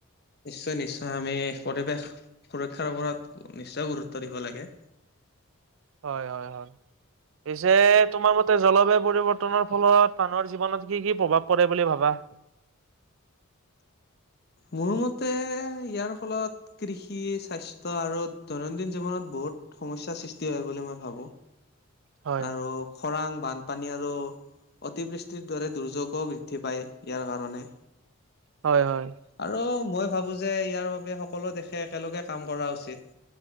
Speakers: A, on the left (about 45°); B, on the right (about 60°).
A: নিশ্চয়, নিশ্চয়, আমি পৰিৱেশ সুৰক্ষাৰ ওপৰত নিশ্চয় গুৰুত্ব দিব লাগে
B: হয়, হয়, হয়, পিছে তোমাৰ ম জলবায়ু পৰিৱৰ্তনৰ ফলত, মানুহৰ জীৱনত কি কি প্ৰভাৱ পৰে বুলি ভাবা
A: মোৰ মতে, ইয়াৰ ফলত কৃষি, স্বাস্থ্য আৰু দৈনন্দিন জীৱনত বহুত সমস্যাৰ সৃষ্টি হয় বুলি মই ভাবো
B: হয়
A: আৰু খৰাং, বানপানী, আৰু অতিবৃষ্টিৰ দৰে দুৰ্যোগও বৃদ্ধি পায় ইয়াৰ কাৰণে
B: হয়, হয়
A: আৰু, মই ভাবো যে ইয়াৰ বাবে সকলো দেশে একেলগে কাম কৰা উচিত